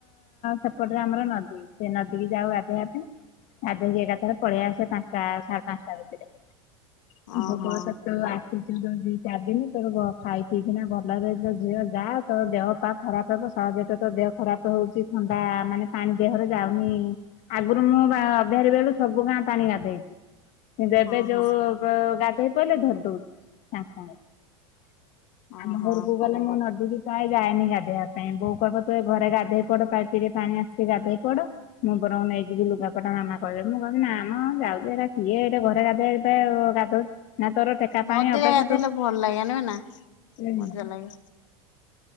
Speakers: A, on the left (about 45°); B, on the left (about 65°).
A: ସେପଟରେ ଆମର ନଦୀ ସେ ନଦୀ କି ଯାଉ ଗାଧେଇବା ପାଇଁ। ଗାଧେଇକି ଏକାଥରେ ପଳେଇ ଆସେ ପାଞ୍ଚଟା ସାଢେ ପାଞ୍ଚଟା ଭିତରେ
B: ହଁ
A: ଭୋକ
B: ହଁ
A: ହଉଥିବ
B: ହଁ
A: ତୁ ଆ <unintelligible> ଯଉ ଦି ଚାରି ଦିନ ତୋର ଗ ଖାଇ ପିଇକିନା ଭଲରେ ତ ଝିଅ ଯା ତୋ ଦେହ ପା ଖରାପ ହେବ ସହଜେ ତ ତୋ ଦେହ ଖରାପ ହଉଛି ଥଣ୍ଡା ମାନେ ପାଣି ଦେହରେ ଯାଉନି। ଆଗରୁ ମୁଁ ବା <unintelligible> ବେଳୁ ସବୁ ଗାଁ ପାଣି ଗାଧେଇଚି। ଏବେ
B: ହଁ
A: ଯୋଉ
B: ହଁ
A: ଗ ଗାଧଇ ପଇଲେ ଧରିଦଉଛି ସାଙ୍ଗେ ସାଙ୍ଗେ।
B: ହଁ
A: ଆମ
B: ହଁ
A: ଘରକୁ ଗଲେ ମୁଁ ନଦୀ କିି ପ୍ରାୟେ ଯାଏନି ଗା ଗାଧେଇବା ପାଇଁ ବୋଉ କହିବ ତୁ ଏଇ ଘରେ ଗାଧେଇ ପଡ ପାଇପରେ ପାଣି ଆଶୁଛି ଗାଧେଇ ପଡ। ମୁଁ ବରଂ ନେଇଯିବି ଲୁଗାପଟା ମାମା କହିବେ ମୁଁ କହିମି ନା ମ ଯାଉଛି ଏଟା କିିଏ ଏଇଟା ଘରେ ଗାଧେଇ <unintelligible> ଗାଧାଉଚି ନା ତୋର ଠେକା
B: ନଦୀରେ
A: ପାଣି ଅଭ୍ୟାସ
B: ଗାଧେଇଲେ
A: ତୁ
B: ଭଲ ଲାଗେନି ନା
A: ଉଁ ହୁଁ।
B: ମଜା ଲାଗେ